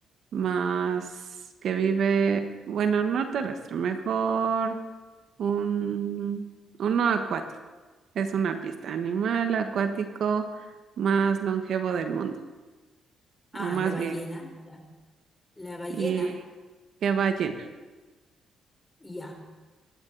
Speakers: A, on the right; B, on the left.
A: más que vive, bueno, no terrestre, mejor un, uno acuático? Es una pista. Animal acuático más longevo del mundo,
B: Ah,
A: o más
B: la ballena.
A: viejo.
B: ya. La ballena,
A: ¿Y qué ballena?
B: ya.